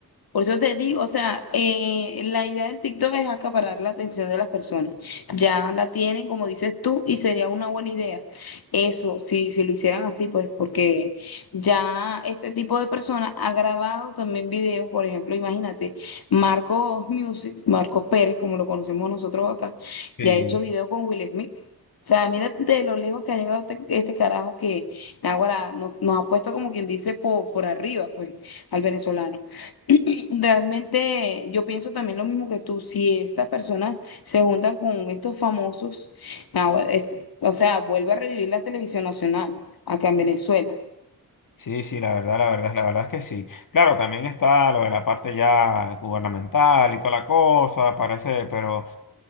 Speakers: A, on the left (about 75°); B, on the left (about 60°).
A: Por eso te digo, o sea, eh, la idea del TikTok es acaparar la atención de las personas. Ya la tienen, como dices tú, y sería una buena idea. Eso, si, si lo hicieran así, pues porque ya este tipo de personas ha grabado también videos, por ejemplo, imagínate, Marcos Music, Marcos Pérez, como lo conocemos nosotros acá,
B: Sí.
A: ya ha hecho videos con Will Smith. O sea, mira de lo lejos que ha llegado este, este carajo que naguará nos, nos ha puesto como quien dice por, por arriba, pues, al venezolano. <clears throat> Realmente yo pienso también lo mismo que tú, si estas personas se juntan con estos famosos, ahora es- o sea, vuelve a revivir la televisión nacional acá en Venezuela.
B: Sí, sí, la verdad, la verdad, la verdad es que sí. Claro, también está lo de la parte ya gubernamental y toda la cosa, parece, pero